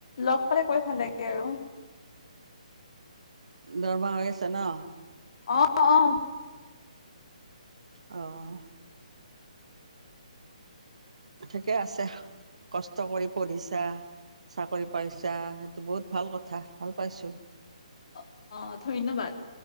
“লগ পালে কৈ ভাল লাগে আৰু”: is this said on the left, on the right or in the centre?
Left